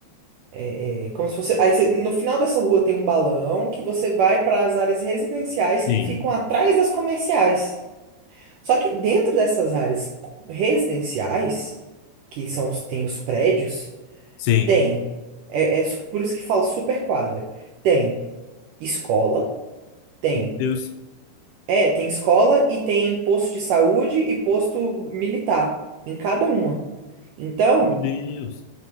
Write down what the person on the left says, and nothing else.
sim,
sim.
Meu Deus,
meu Deus.